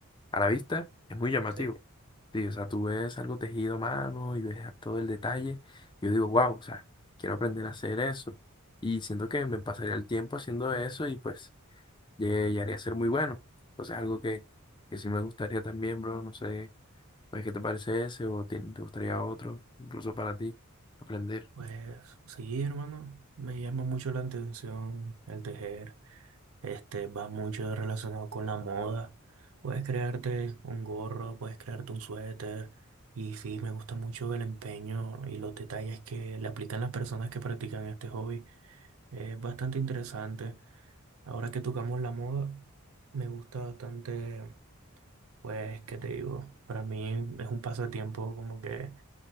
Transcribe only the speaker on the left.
a la vista es muy llamativo.
Sí, o sea, tú ves algo tejido a mano y ves todo el detalle. y yo digo, wow, o sea, quiero aprender a hacer eso. Y siento que me pasaría el tiempo haciendo eso y pues llegué- llegaría a ser muy bueno. Entonces, algo que, que sí me gustaría también, bro. No sé, pues, ¿qué te parece ese o te, te gustaría otro, incluso para ti, aprender?